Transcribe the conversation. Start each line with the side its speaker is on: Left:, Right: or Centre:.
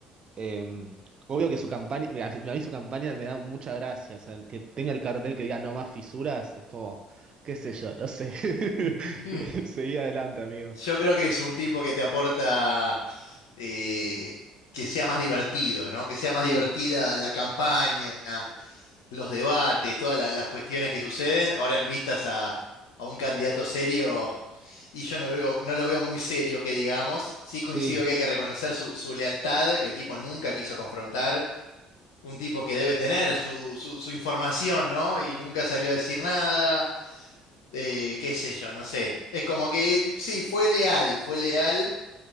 Right: Eh, obvio que su campaña, mira, a mí su campaña me da mucha gracia, o sea, que tenga el cartel que diga no más fisuras, es como, qué sé yo, no sé.
Left: <laughs>
Right: <laughs> Seguí adelante, amigo.
Left: Yo creo que es un tipo que te aporta eh, que sea más divertido, ¿no? Que sea más
Right: Sí,
Left: divertida la campaña, los debates, todas la- las cuestiones que suceden. Ahora en vistas a, a un candidato serio, y yo no lo veo, no lo veo muy serio, que digamos. Sí coincido
Right: sí,
Left: que hay que reconocer su, su lealtad, que el tipo nunca quiso confrontar. Un tipo que debe tener su, su, su información, ¿no? Y nunca salió a decir nada. eh, qué sé yo, no sé. Es como que él, sí, fue leal, fue leal